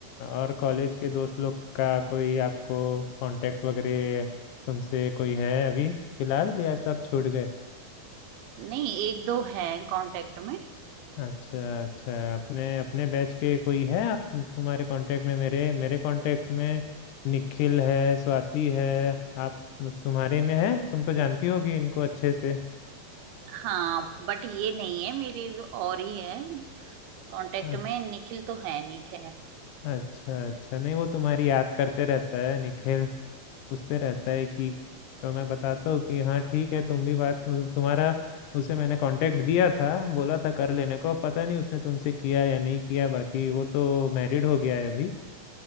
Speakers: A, on the left; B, on the right.
A: और कॉलेज के दोस्त लोग का कोई आपको कांटेक्ट वगैरह तुमसे कोई है अभी फिलहाल या सब छूट गए
B: नहीं एक दो है कांटेक्ट में
A: अच्छा अच्छा अपने अपने बैच के कोई है आप तुम्हारे कांटेक्ट में मेरे मेरे कांटेक्ट में निखिल है स्वाति है आप तुम्हारे में है तुम तो जानती होगी इनको अच्छे से
B: हाँ बट ये नहीं है मेरी और ही है कांटेक्ट
A: अ-
B: में निखिल तो है नहीं खैर
A: अच्छा अच्छा नहीं वो तुम्हारी याद करते रहता है निखिल पूछते रहता है कि तो मैं बताता हूँ कि हाँ ठीक है तुम भी बात तुम्हारा उसे मैंने कांटेक्ट दिया था बोला था कर लेने को अब पता नहीं उसने तुमसे किया या नहीं किया बाकी वो तो मैरिड हो गया है अभी